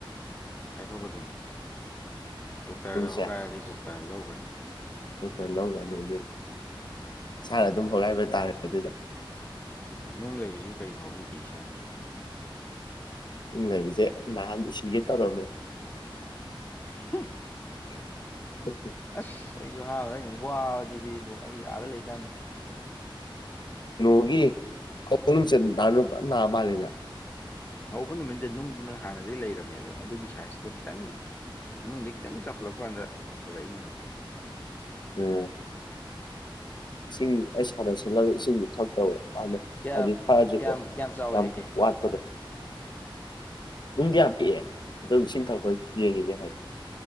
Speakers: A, on the left; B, on the left.
A: ꯀꯥꯏꯊꯣꯛꯀꯗꯧꯅꯤ ꯗꯣꯛꯇꯔꯗ
B: ꯅꯨꯡꯁꯦ
A: ꯍꯣꯒꯥꯏꯔꯗꯤ ꯗꯣꯛꯇꯔꯅ ꯂꯧꯈ꯭ꯔꯅꯤ
B: ꯗꯣꯛꯇꯔ ꯂꯧꯒ꯭ꯔꯅꯤ ꯑꯗꯨ ꯏꯁꯥꯅ ꯑꯗꯨꯝ ꯍꯣꯒꯥꯏꯕ ꯇꯥꯔꯦ ꯑꯗꯨꯗ
A: ꯎꯝ ꯅꯨꯡ ꯂꯩꯕꯁꯤꯕꯨ ꯀꯔꯤ ꯐꯥꯎꯕꯤꯒꯦ ꯏꯁꯥꯁꯦ
B: ꯅꯨꯡ ꯂꯩꯕꯁꯤꯕꯨꯀꯔꯤ ꯅꯍꯥꯟꯗꯤ ꯁꯤꯒꯦ ꯇꯧꯔꯝꯃꯦ
A: <inaudible>
B: <unintelligible>
A: ꯑꯁ ꯑꯩꯁꯨ ꯑꯍꯥꯟꯕꯗ ꯑꯩꯅ ꯋꯥꯕꯁꯤꯗꯤꯕꯣ ꯑꯩ ꯑꯥꯗ ꯂꯩꯀꯥꯟꯗ
B: ꯀꯩꯅꯣꯒꯤ <unintelligible> ꯅꯨꯡꯆꯠ <unintelligible> ꯃꯥꯜꯜꯂꯤꯅꯦ
A: ꯍꯧꯕ ꯅꯨꯃꯤꯠꯇꯗꯤ ꯅꯨꯡꯗꯤ ꯅꯪ ꯍꯥꯟꯅꯗꯒꯤꯩ ꯂꯩꯔꯕꯅꯦ ꯑꯗꯣ ꯑꯗꯨꯒꯤ ꯁꯥꯏꯖꯇꯨꯗ ꯈꯤꯇꯪ ꯃꯅꯨꯡꯗ ꯈꯤꯇꯪ ꯆꯥꯎꯈꯠꯂꯛꯄ ꯀꯥꯟꯗ ꯍꯧꯔꯛꯏꯅꯦꯕ
B: ꯎꯝ ꯏꯁꯤꯡ ꯑꯩ ꯁꯅꯁꯂ ꯏꯁꯤꯡꯗꯨ ꯊꯛꯇꯧꯕ꯫ ꯑꯗ
A: ꯀꯌꯥ
B: ꯍꯥꯏꯗꯤ ꯊꯥꯁꯤꯀꯣ
A: ꯀꯌꯥꯝ ꯀꯌꯥꯝ ꯆꯥꯎꯋꯦ
B: ꯌꯥꯝ
A: ꯍꯥꯏꯒꯦ
B: ꯋꯥꯠꯄꯗꯨ꯫ ꯅꯨꯡꯗꯤ ꯌꯥꯝ ꯄꯤꯛꯑꯦ ꯑꯗꯨ ꯏꯁꯤꯡ ꯊꯛꯋ ꯀꯦꯒꯦ ꯍꯥꯏꯌꯦ